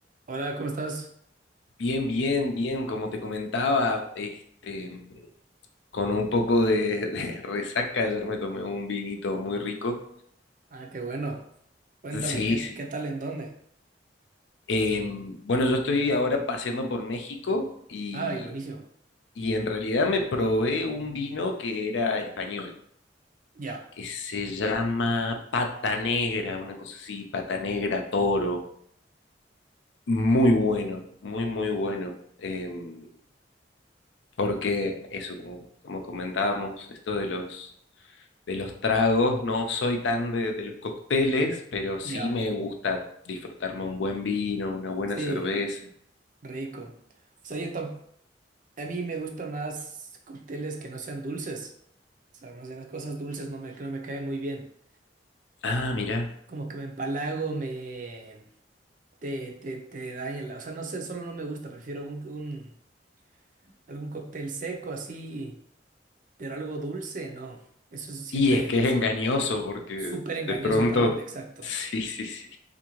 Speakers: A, on the right (about 45°); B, on the left (about 80°).
A: Hola, ¿cómo estás?
B: Bien, bien, bien, como te comentaba, este, con un poco de, <laughs> de resaca, ayer me tomé un vinito muy rico.
A: Ah, qué bueno. Cuéntame,
B: Sí,
A: ¿qué,
B: sí.
A: qué tal en dónde?
B: Eh, bueno, yo estoy ahora paseando por México y,
A: Ay, buenísimo.
B: y en realidad me probé un vino que era español,
A: Ya,
B: que se llama Pata Negra, una cosa así, Pata Negra Toro. Muy bueno, muy, muy bueno. Em, porque eso, como, como comentábamos, esto de los de los tragos, no soy tan de, de los cócteles, pero sí
A: ya.
B: me gusta disfrutarme un buen vino, una buena
A: Sí,
B: cerveza.
A: rico. O sea, yo tam- a mí me gustan más cócteles que no sean dulces. O sea, más bien las cosas dulces no me, no me caen muy bien.
B: Ah, mira.
A: Como que me empalago, me... Te, te, te daña la... O sea, no sé, solo no me gusta. Prefiero un, un- algún cóctel seco así, pero algo dulce, no. Eso es siempre,
B: Y es que es
A: sí,
B: engañoso porque
A: súper
B: de
A: engañoso,
B: pronto...
A: tan exacto.
B: <laughs> Sí, sí, sí.